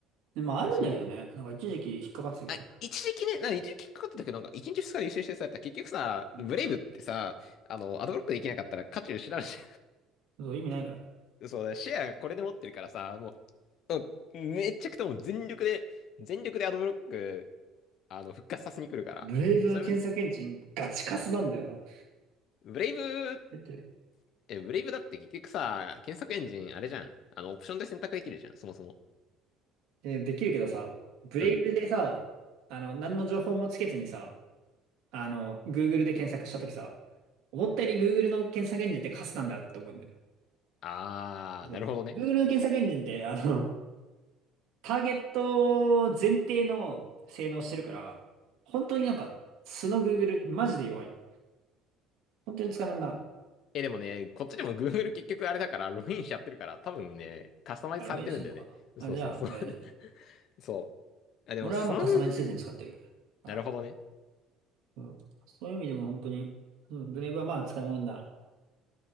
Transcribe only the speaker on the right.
で、まあ、あるんだけどね。
なんか、一時期引っかかってたけど。
うん
そう、意味ないからね。
ブレイブの検索エンジンガチカスなんだよな。
入ってない
えーできるけどさ、ブレイブでさ、
あの、何の情報もつけずにさ、あの、Google で検索したときさ、思ったより Google の検索エンジンってカスなんだって思うね。
そう。
Google の検索エンジンって、あの、ターゲット前提の性能してるから、本当になんか、素の Google、マジで弱い。本当に使わんだな。
あ、ログインしてんのかな。
あ、じゃあ、大丈夫。
俺はもうカスタマイズせずに使ってる
から。
うん。そういう意味でも本当に、うん、ブレイブはまあ使い物になら